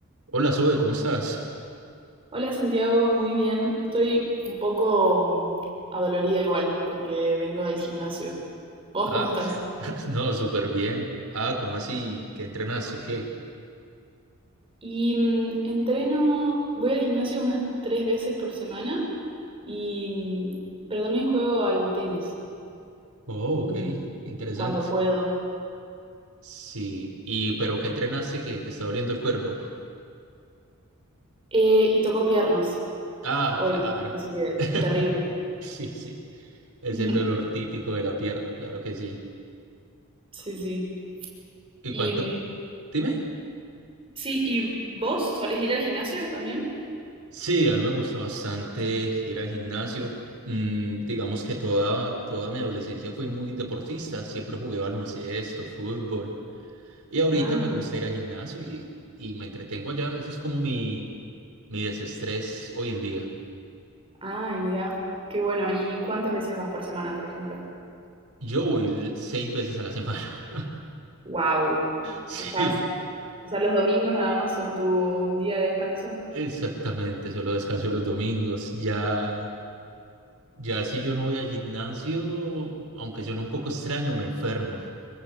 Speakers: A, on the right; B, on the right.
A: Hola Zoe, ¿cómo estás?
B: Hola Santiago, muy bien. Estoy un poco mm, adolorida igual porque vengo del gimnasio. ¿Vos
A: Ah,
B: cómo estás?
A: <laughs> no, súper bien. Ah, ¿cómo así? ¿Qué entrenaste o qué?
B: Y mm, entreno, voy al gimnasio unas tres veces por semana y mm, pero también juego al tenis
A: Oh, ok,
B: mm,
A: interesante.
B: cuando puedo.
A: Sí, y pero ¿qué entrenaste que te está doliendo el cuerpo?
B: Eh, y tocó piernas
A: Ah,
B: hoy,
A: claro.
B: así que
A: <laughs>
B: terrible.
A: Sí, sí, es
B: <laughs>
A: el dolor típico de la pierna, claro que sí.
B: Sí, sí.
A: ¿Y
B: Y
A: cuánto?
B: mm,
A: Dime.
B: sí, ¿y vos solés ir al gimnasio también?
A: Sí, a mí me gusta bastante ir al gimnasio. Mm, digamos que toda, toda mi adolescencia fui muy deportista, siempre jugué baloncesto, fútbol. Y ahorita
B: Ah.
A: me gusta ir al gimnasio y, y me entretengo allá. Ese es como mi, mi desestrés hoy en día.
B: Ay, mira, qué bueno. ¿Y cuántas veces vas por semana, por ejemplo?
A: Yo voy seis veces a la semana. <laughs>
B: Wow.
A: Sí,
B: Dejas, o sea, los domingos nada más son tu día de descanso.
A: exactamente. Solo descanso los domingos. Ya, ya si yo no voy al gimnasio, aunque suene un poco extraño, me enfermo.